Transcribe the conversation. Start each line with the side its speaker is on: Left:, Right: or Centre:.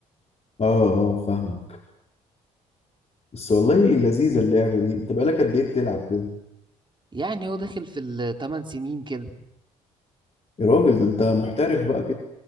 Left: آه آه فاهمك بس والله لذيذة اللعبة دي أنت بقالك قد إيه بتلعب كده؟
Right: يعني هو داخل في الثمان سنين كده
Left: يا راجل ده أنت محترف بقى